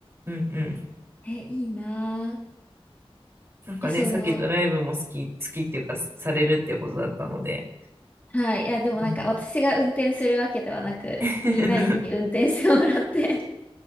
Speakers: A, on the right (about 25°); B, on the left (about 15°).
A: うん、うん。
B: え、いいなあ。
A: なんかね、
B: え、その、
A: さっきドライブも好き、好きっていうか、さされるっていうことだったので。
B: はい。いや、でもなんか私が運転するわけではなく、
A: うん。<laughs>
B: みんなに運転してもらって。